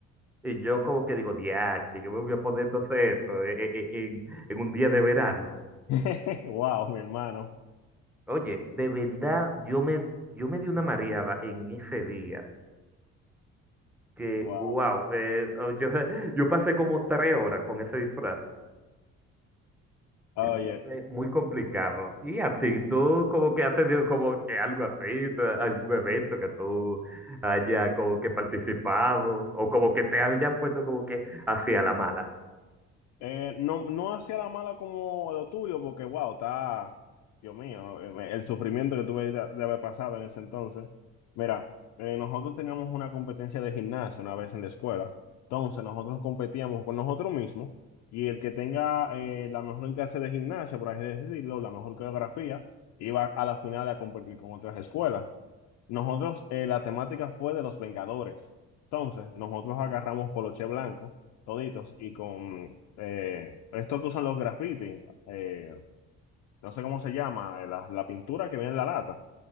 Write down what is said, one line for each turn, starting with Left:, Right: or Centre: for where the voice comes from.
Centre: Y yo como que digo, diache, yo me voy a poner entonces esto eh, eh, eh, en, en un día de verano.
Left: <laughs> Wow, mi hermano.
Centre: Oye, de verdad, yo me, yo me di una mareada en ese día. que,
Left: Wow.
Centre: wow, eh, oh, yo, <laughs> yo pasé como tres horas con ese disfraz.
Left: Oye.
Centre: Entonces, muy complicado. Y a ti, tú como que has tenido como que algo así, tú- algún evento que tú haya como que participado o como que te hayan puesto como que hacia la mala.
Left: Eh, no, no hacia la mala como lo tuyo, porque wow, está, Dios mío, eh, el sufrimiento que tuve de, de haber pasado en ese entonces. Mira, eh, nosotros teníamos una competencia de gimnasio una vez en la escuela. Entonces nosotros competíamos con nosotros mismos y el que tenga eh, la mejor clase de gimnasia, por así decirlo, la mejor coreografía, iba a la final a competir con otras escuelas. Nosotros, eh, la temática fue de los Vengadores. Entonces, nosotros agarramos poloche blanco toditos y con eh, esto que usan los graffiti, eh, no sé cómo se llama, eh, la, la pintura que viene en la lata.